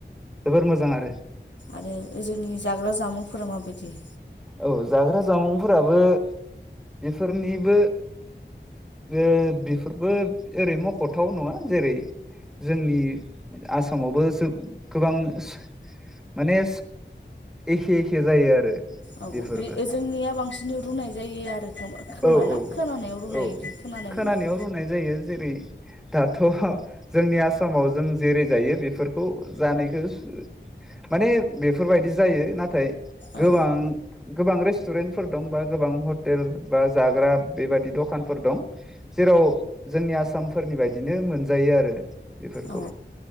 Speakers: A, in the centre; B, on the left.
A: जोबोर मोजां आरो
B: आरो ओ जोंनि जाग्रा जामुंफोरा माबायदि
A: औ जाग्रा जामुंफोराबो बेफोरनिबो ओ बेफोरबो ओरै मखथाव नङा जेरै जोंनि आसामावबो सो गोबां सो माने एखे एखे जायो आरो
B: औ
A: बेफोरबो
B: बे जोंनिया बांसिन रुनाय जायो आरो खोमा
A: औ
B: ना
A: औ
B: खोनानायाव रुनाय
A: औ
B: बिदि खोनानो
A: खोनानायाव
B: मोनदों
A: रुनाय जायो जेरै दाथ जोंनि आसामाव जों जेरै जायो बेफोरखौ जानायखौ माने बेफोरबायदि जायो नाथाय गोबां
B: औ
A: गोबां रे रस्टुरेन्टफोर दं बा गोबां हटेल बा जाग्रा बेबादि दखानफोर दं जेराव जोंनि आसामफोरनि बायदिनो मोनजायो आरो बेफोरखौ
B: औ